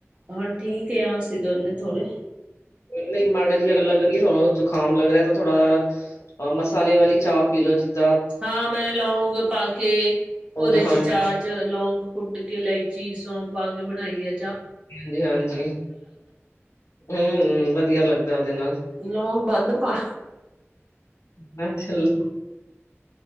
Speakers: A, on the right; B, on the left.
A: ਹੁਣ ਠੀਕ ਅ ਅਸੀਂ ਦੋਨੇ ਥੋੜੇ।
B: ਨਹੀਂ ਮਾੜਾ ਜੀ ਅਗਰ ਲੱਗ ਰਹੀ ਹੈ ਤੁਹਾਨੂੰ ਜੁਕਾਮ ਲੱਗ ਰਿਹਾ ਤਾਂ ਥੋੜਾ ਅ ਮਸਾਲੇ ਵਾਲੀ ਚਾਹ ਪੀ ਲੋਓ ਜਿੱਤ
A: ਹਾਂ, ਮੈਂ ਲੌਂਗ ਪਾ ਕੇ
B: ਲੌਂਗ
A: ਉਹਦੇ
B: ਹਾਂਜੀ,
A: ਚ ਚਾਹ ਚ ਲੌਗ ਕੁੱਟ ਕੇ ਇਲਾਇਚੀ ਸੌਂ ਪਾ ਕੇ ਬਣਾਈ ਐ।
B: ਜੀ ਹਾਂਜੀ ਹੂੰ, ਵਧੀਆ ਲੱਗਦਾ ਉਹਦੇ ਨਾਲ।
A: ਲੌਗ ਵੱਧ ਪਾ
B: ਮੈਂ ਚਲ।